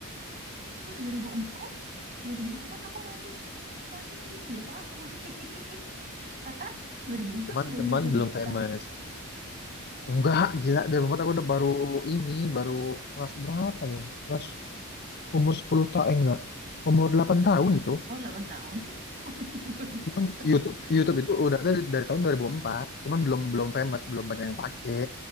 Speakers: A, on the right; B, on the left.
A: Oh, 2004. Oh, 2004 aku masih masih 3 tahun. <laughs> Kakak 2004
B: Cuman
A: udah
B: teman
A: belajar
B: belum
A: gitar.
B: famous. Enggak, gila Dari empat aku udah baru ini baru kelas berapa ya? Kelas umur 10 tahun eh, enggak. Umur 8 tahun itu.
A: Oh, 8 tahun. <laughs> Oh, 2004
B: Cuman YouTube
A: aku.
B: YouTube itu udah ada dari tahun 2004 cuman belum belum famous, belum banyak yang pakai.